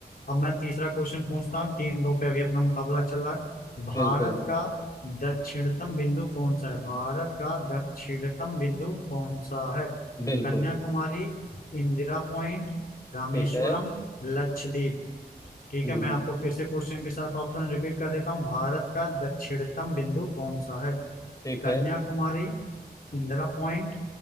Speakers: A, on the left; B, on the left.
A: अब मैं तीसरा क्वेश्चन पूछता हूँ तीन दो पे अभी अपना मुकाबला चल रहा है भारत
B: बिल्कुल
A: का दक्षिणतम बिंदु कौन सा है भारत का दक्षिणतम बिंदु कौन सा है
B: बिल्कुल
A: कन्याकुमारी इंदिरा पॉइंट रामेश्वरम
B: ठीक है
A: लक्षद्वीप ठीक
B: हम्म
A: है मैं आपको फिर से क्वेश्चन के साथ ऑप्शन रिपीट कर देता हूँ भारत का दक्षिणतम बिंदु कौन सा है
B: ठीक
A: कन्याकुमारी
B: है
A: इंदिरा पॉइंट